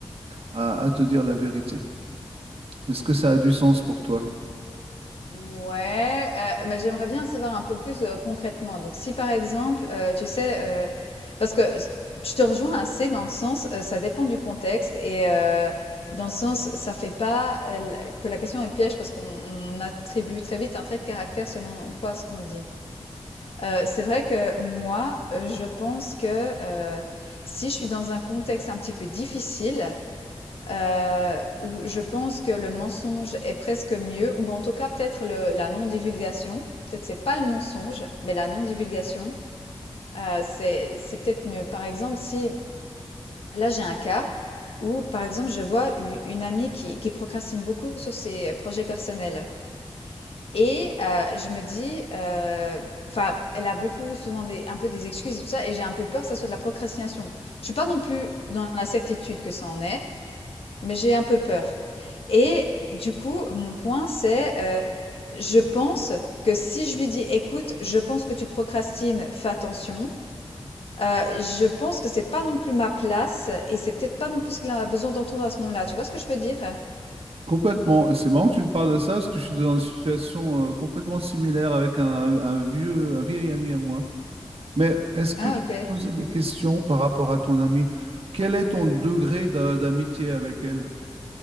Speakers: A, on the right; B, on the left.
A: à- à te dire la vérité. Est-ce que ça a du sens pour toi?
B: Ouais, heu, mais j'aimerais bien savoir un peu plus, heu, concrètement. Donc si par exemple, heu, tu sais, heu, parce que j je te rejoins assez dans le sens, heu, ça dépend du contexte et heu, dans le sens, ça fait pas, heu, l que la question est piège parce qu'on on attribue très vite un trait de caractère selon quoi ce qu'on dit. Heu, c'est vrai que moi, heu, je pense que, heu, si je suis dans un contexte un petit peu difficile, Heu, où je pense que le mensonge est presque mieux ou en tout cas peut-être le la non-divulgation. Peut-être c'est pas le mensonge, mais la non-divulgation, heu, c'est c'est peut-être mieux. Par exemple, si là j'ai un cas où par exemple je vois u une amie qui qui procrastine beaucoup sur ses projets personnels et heu, je me dis, heu, enfin elle a beaucoup souvent des un peu des excuses et tout ça et j'ai un peu peur que ça soit de la procrastination. Je suis pas non plus dans la certitude que ça en est, mais j'ai un peu peur. Et du coup, mon point, c'est, heu, je pense que si je lui dis: «Écoute, je pense que tu procrastines, fais attention», heu, je pense que c'est pas non plus ma place et c'est peut-être pas non plus ce qu'elle a besoin d'entendre à ce moment-là. Tu vois ce que je veux dire?
A: Complètement. Et C'est marrant que tu me parles de ça parce que je suis dans une situation euh, complètement similaire avec un, un vieux, un vieil ami à moi. Mais est-ce que
B: Ah
A: je
B: OK.
A: peux poser des questions par rapport à ton ami? Quel est ton degré d'a- d'amitié avec elle?